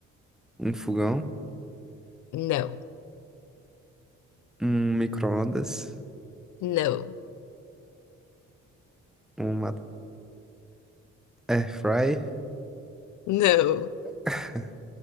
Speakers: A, in the centre; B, on the left.
A: um fogão,
B: Não,
A: um micro-ondas,
B: não,
A: uma air fry.
B: não.
A: <laughs>